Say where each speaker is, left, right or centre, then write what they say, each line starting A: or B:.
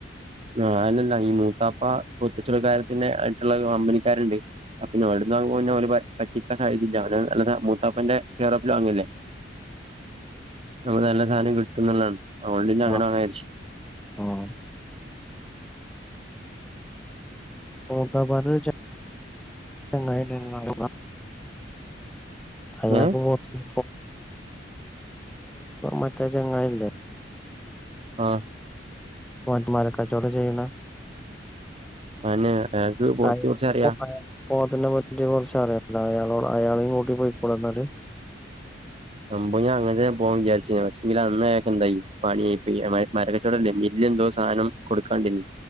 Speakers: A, on the right (about 35°); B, in the centre.
A: നാന്നന്നെ ആണ് ഈ മൂത്താപ്പ പോത്ത് ച്ചവട കാര്യത്തിന് ആയിട്ടുള്ള കമ്പനിക്കാരുണ്ട് അഹ് പിന്നെ വിടുന്നഉമ്പൊ പറ്റിക്കാൻ സാധ്യതയില്ല നല്ല മൂത്താപ്പന്റെ കെയർ ഓഫിൽ വാങ്ങല്ലേ നമ്മക്ക് നല്ല സാനം കിട്ടും എന്നുള്ളണ് അതുകൊണ്ട് പിന്നെ അങ്ങനെ
B: ആഹ്
A: മേടിച്ചു
B: ആഹ് മൂത്താപ്പാന്ന് വെച്ചാ ചങ്ങായി <unintelligible> അയാക്ക്
A: ഏഹ്
B: പോ പോത്ത് മറ്റേ ചങ്ങായില്ലേ
A: ആഹ്
B: പോത്തുമാരെ കച്ചോടം ചെയ്യണ
A: അതെന്നെ അയാക്ക് പോത്തിനെ
B: അയാൾക്കിപ്പോ
A: കുറിച്ച് അറിയാ
B: അയാക്ക് പോത്തിനെ പറ്റി കുറച്ച് അറിയല്ല അയാ അയാളെയും കൂട്ടി പോയിക്കൂടെന്നാല്
A: സംഭവം ഞാൻ അങ്ങന പോവാ വിചാരിച്ഞ്ഞെ പക്ഷെങ്കില് അന്ന് പന്തായി <unintelligible> മരകച്ചവടല്ലേ എന്തോ സാധനം കൊടുക്കാണ്ടിനി